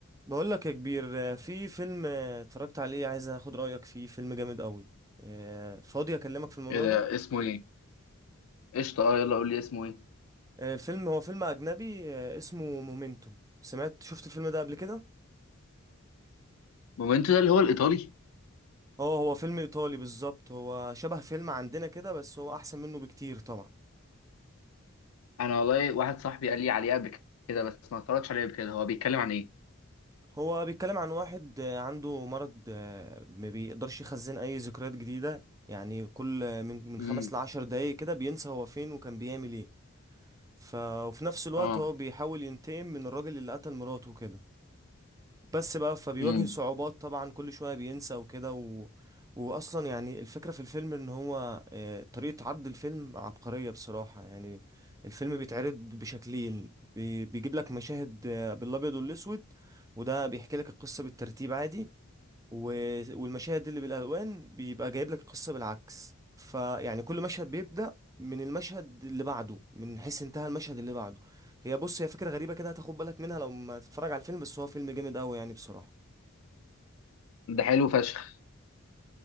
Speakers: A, on the right; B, on the left.
A: بقول لك يا كبير آه، في فيلم آه، اتفرجت عليه عايز اخد رأيك فيه فيلم جامد قوي آه، فاضي اكلمك في الموضوع
B: ايه ده
A: ده
B: اسمه ايه قشطه اه يلا قول لي اسمه ايه
A: آه، الفيلم هو فيلم اجنبي آه، اسمه مومنتو سمعت شفت الفيلم ده قبل كده
B: مومنتو ده اللي هو الايطالي
A: اه هو فيلم ايطالي بالظبط هو شبه فيلم عندنا كده بس هو احسن منه بكتير طبعا
B: انا والله واحد صاحبي قال لي عليه قبل كده بس ما اتفرجتش عليه قبل كده هو بيتكلم عن ايه
A: هو بيتكلم عن واحد آه، عنده مرض آه، ما بيقدرش يخزن اي ذكريات جديدة يعني كل آه، من من
B: امم
A: خمس لعشر دقايق كده بينسى هو فين وكان بيعمل ايه ف... وفي نفس الوقت
B: اه
A: هو بيحاول ينتقم من الراجل اللي قتل مراته وكده بس بقى فبيواجه
B: امم
A: مم. صعوبات طبعا كل شوية بينسى وكده و... وأصلا يعني الفكرة في الفيلم إن هو آه، طريقة عرض الفيلم عبقرية بصراحة يعني الفيلم بيتعرض بشكلين بي... بيجيب لك مشاهد آه، بالأبيض والأسود وده بيحكي لك القصة بالترتيب عادي و... والمشاهد اللي بالالوان بيبقى جايب لك القصه بالعكس فيعني كل مشهد بيبدا من المشهد اللي بعده من حيث انتهى المشهد اللي بعده هي بص هي فكره غريبه كده هتاخد بالك منها لو ما تتفرج على الفيلم بس هو فيلم جامد قوي يعني بصراحه
B: ده حلو فشخ